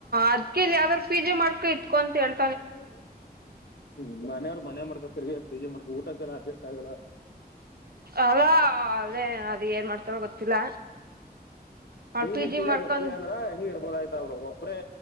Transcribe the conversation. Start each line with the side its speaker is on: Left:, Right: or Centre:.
Right: ಅದ್ಕ ಇಲ್ಲಿ ಯಾವ್ದಾರೂ ಪಿಜೆ ಮಾಡ್ಕೊ ಇಟಗೋ ಅಂತ ಹೇಳಿ
Left: <inaudible> ಹ್ಮ್ ಮನೆಯವ್ರು ಮನೆ ಮಾಡ್ಕ ತಿರ್ಗಿ ಫಿಜಿ ಮಾಡ್ಕ ಊಟಕ್ಕೆಲ್ಲ ಅಡ್ಜಸ್ಟ್ ಆಗಲ್ಲ
Right: ಅಲಾ ಅದೇ ಅದ ಏನ್ ಮಾಡ್ತಾರ ಗೊತ್ತಿಲ್ಲ? ಅವ್ಳ
Left: ನೀನ್
Right: ಪಿ
Left: ಇರ್ತಿದ
Right: ಜಿ ಮಾಡ್ಕೊಂಡ್
Left: ಜೊತಲೆ ಅಂದ್ರ ಹೆಂಗ ಇರ್ಬೋದ ಆಯ್ತ ಅವರು ಒಬ್ಬ್ರೇ